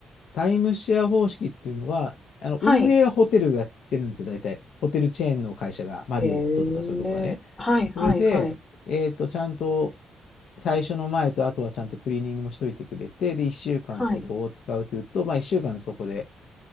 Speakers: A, on the left; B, on the left.
A: タイムシェア方式っていうのは、あの運営はホテルがやってるんですよ、
B: はい。
A: 大体。ホテルチェーンの会社が、マリオットとかそういうとこがね。
B: へえ。はいはいはい。
A: それで、えっと、ちゃんと最初の前とあとはちゃんとクリーニングもしといてくれて、で、1週間そこを使うというと、
B: はい。
A: まあ1週間そこで